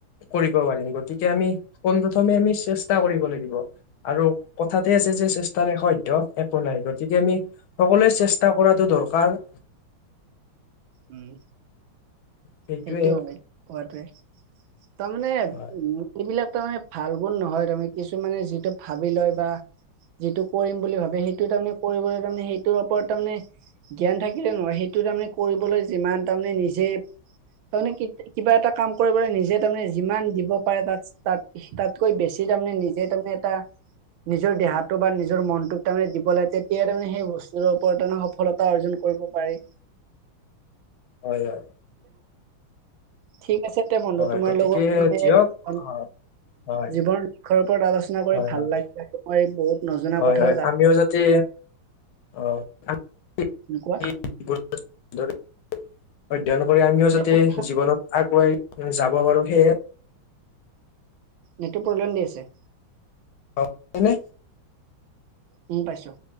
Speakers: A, on the left; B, on the right.
A: কৰিব পাৰিম গতিকে আমি পোনপ্ৰথমে আমি চেষ্ চেষ্টা কৰিব লাগিব আৰু কথাতে আছে যে চেষ্টাৰে অসধ্য একো নাই। গতিকে আমি সকলোৱে চেষ্টা কৰাটো দৰকাৰ
B: উম।
A: সেইটোৱে
B: সেইটো হয় হোৱাটোৱে তাৰমানে
A: হয়
B: উম এইবিলাক তাৰে ভাল বোৰ নহয় তাৰমানে কিছুমানে যিটো ভাবি লয় বা যিটো কৰিম বুলি ভাবে সেইটো তাৰমানে কৰিবলৈ তাৰমানে, সেইটোৰ ওপৰত তাৰমানে জ্ঞান থাকিলে নহয় সেইটো তাৰমানে কৰিবলৈ যিমান তাৰমানে নিজে তাৰমানে কিবা এটা কাম কৰিবলৈ নিজে তাৰমানে যিমান দিব পাৰে তাত তাত তাতকৈ বেছি তাৰমানে নিজে ত এটা নিজৰ দেহটো বা নিজৰ মনটোক তাৰমানে দিব লাগে তেতিয়াাই তাৰমানে সেই বস্তুটোৰ ওপৰত তাৰে সফলতা অৰ্জন কৰিব পাৰি।
A: হয় হয়।
B: ঠিক আছে দে বন্ধু
A: হয়
B: তোমাৰ
A: গতিকে
B: লগত মে
A: দিয়ক
B: উ
A: হয় হয়
B: জীৱনৰ লক্ষ্যৰ ওপৰত আলোচনা কৰি
A: হয়
B: ভাল
A: হয়
B: লাগি আৰু মই বহুত নজনা
A: হয়
B: কথাও
A: হয়
B: জানো
A: আমিও যদি অ'। <unintelligible>
B: কোৱা
A: অধ্যয়ন কৰি আমিও যাতে
B: নেটৱৰ্ক
A: জীৱনত আগুৱাই যাব পাৰো সেয়ে
B: নেটটো প্ৰব্লেম দি আছে?
A: অ এনে
B: উম পাইছো।